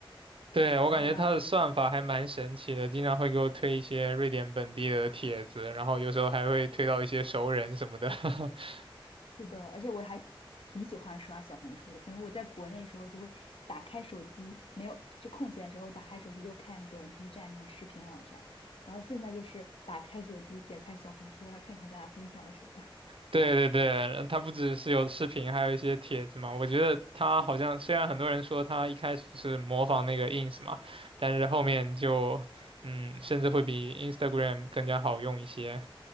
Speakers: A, on the left; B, on the right.
A: 对，
B: 对，我感觉它的算法还蛮神奇的，
A: 然后我还
B: 经常会给我推一些瑞典本地的帖子，然后有时候还会推到一些熟人什么的。<laughs>
A: 是的，而且我还挺喜欢刷小红书的。可能我在国内的时候就会打开手机，没有就空闲的时候打开手机就看这种 B 站那种视频网站，然后现在就是打开手机点开小红书，然后看看大家分享了什么。<laughs>
B: 对对对，它不只是有视频，还有一些帖子嘛。我觉得它好像虽然很多人说它一开始是模仿那个 ins 嘛，但是后面就嗯，甚至会比 Instagram 更加好用一些。